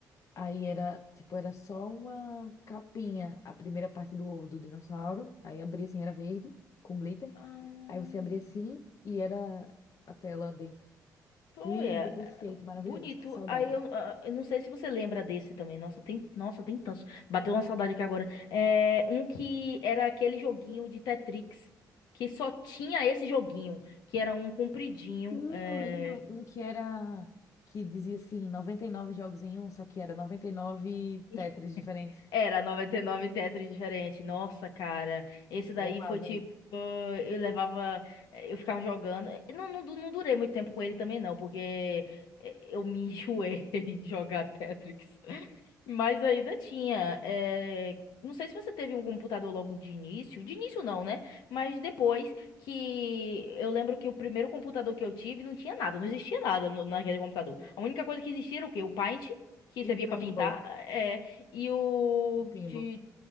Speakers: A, on the left; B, on the left.
A: Aí era, tipo, era só uma capinha, a primeira parte do, do dinossauro. Aí abria assim, era verde, com glitter.
B: Ah,
A: Aí você abria assim e era a tela dentro.
B: pô,
A: Lindo,
B: é.
A: perfeito, maravilhoso,
B: Bonito.
A: que saudade.
B: Aí eu, ah, eu não sei se você lembra desse também. Nossa, tem, nossa, tem tantos. Bateu uma saudade aqui agora. É, um que era aquele joguinho de Tetrix, que só tinha esse joguinho, que era um compridinho.
A: Sim,
B: é,
A: eu lembro um que era, que dizia assim, 99 jogos em um, só que era 99
B: <laughs>
A: Tetris diferentes.
B: Era 99 Tetris diferente. Nossa, cara. Esse daí
A: Eu amava
B: foi tipo.
A: isso.
B: ah, Eu levava. eh, Eu ficava jogando. Eu Não, não, du- não durei muito tempo com ele também, não, porque eh, eu me enjoei <laughs> de jogar Tetris. Mas ainda tinha. eh, Não sei se você teve um computador logo de início. De início não, né? Mas depois que eu lembro que o primeiro computador que eu tive não tinha nada, não existia nada no- naquele computador. A única coisa que existia era o quê? O Paint, que servia
A: E o pinball,
B: pra pintar, é... e o
A: o pinball.
B: ti-